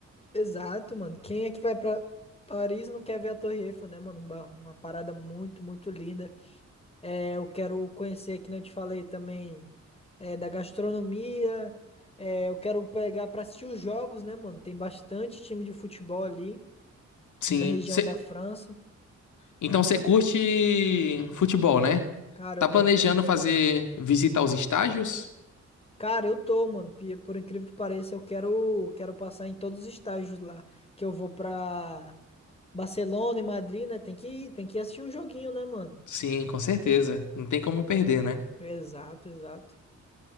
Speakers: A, on the left; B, on the left.
A: Exato, mano. Quem é que vai pra Paris e não quer ver a Torre Eiffel, né, mano? Uma, uma parada muito, muito linda. É, eu quero conhecer, que nem eu te falei também, é, da gastronomia. É, eu quero pegar pra assistir os jogos, né, mano? Tem bastante time de futebol ali
B: Sim.
A: na região
B: cê-
A: da França.
B: Então você curte futebol, né?
A: Cara,
B: Tá
A: eu
B: planejando
A: gosto bastante.
B: fazer visitar os estágios?
A: Cara, eu tô, mano. pi- Por incrível que pareça, eu quero, quero passar em todos os estágios lá. Que eu vou pra Barcelona e Madrid, né? Tem que, tem que assistir um joguinho, né, mano?
B: Sim, com certeza. Não tem como perder, né?
A: Exato, exato.